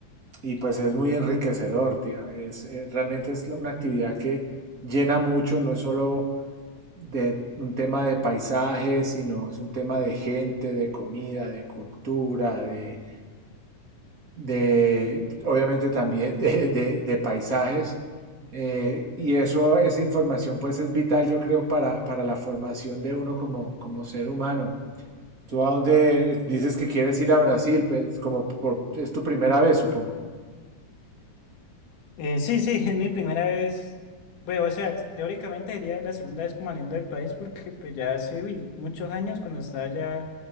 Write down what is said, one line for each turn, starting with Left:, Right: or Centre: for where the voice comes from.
Right: y pues es muy enriquecedor. tía. Es, es- realmente es una actividad que llena mucho, no es solo de un tema de paisajes sino es un tema de gente, de comida, de cultura, de de, obviamente también de, de- de paisajes. eh, y eso, esa información pues es vital, yo creo, para, para la formación de uno como, como ser humano. ¿Tú a dónde dices que quieres ir a Brasil? Pues, como por- es tu primera vez, supongo.
Left: Eh, sí, sí, <laughs> es mi primera vez. Pues, o sea, teóricamente sería la segunda vez como saliendo del país porque pues ya hace uy, muchos años cuando estaba ya,